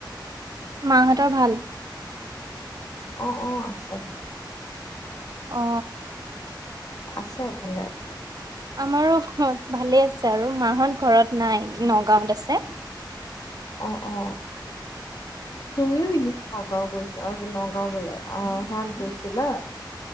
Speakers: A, on the right (about 55°); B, on the left (about 50°).
A: মাহঁতৰ ভাল?
B: অ, অ, আছে ভ
A: অ,
B: আছে এফালে।
A: আমাৰো ভালে আছে আৰু মাহত ঘৰত নাই নগাঁওত আছে।
B: অ, অ, তুমিও নগাঁও গৈছোঁ অ নগাঁও বোলে আহ সাত গৈছিলা?